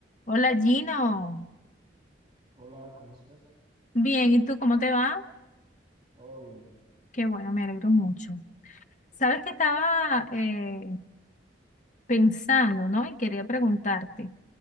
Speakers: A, on the left; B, on the right.
A: Hola Gino,
B: Hola, ¿cómo estás?
A: bien, ¿y tú cómo te va?
B: Todo bien.
A: Qué bueno, me alegro mucho. Sabes que estaba eh, pensando, ¿no? Y quería preguntarte,